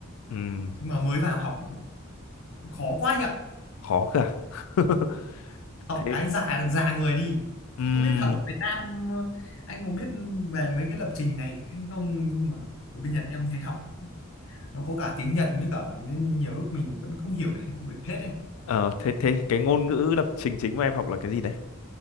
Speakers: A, on the left (about 80°); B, on the left (about 65°).
A: Ừm,
B: nhưng mà mới vào học khó quá anh ạ
A: khó cơ à? <laughs>
B: học
A: thế
B: cái già già người đi
A: ừm,
B: không biết ở Việt Nam ờ, anh có biết về mấy cái lập trình này hay không nhưng mà ở bên Nhật em thấy học nó có cả tiếng Nhật mới cả nên nhiều lúc mình vẫn không hiểu được được hết ấy
A: ờ, thế thế cái ngôn ngữ lập trình chính mà em học là cái gì đấy